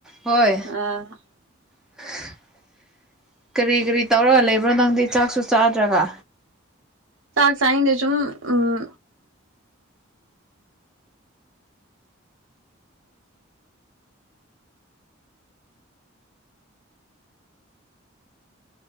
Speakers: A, in the centre; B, on the right.
A: ꯍꯣꯏ
B: ꯑ
A: <unintelligible> <inaudible> ꯀꯔꯤ ꯀꯔꯤ ꯇꯧꯔꯒ ꯂꯩꯕ꯭ꯔꯣ ꯅꯪꯗꯤ ꯆꯥꯛꯁꯨ ꯆꯥꯗ꯭ꯔꯒ
B: ꯆꯥꯛ ꯆꯥꯅꯤꯡꯗꯦ ꯁꯨꯝ ꯎꯝ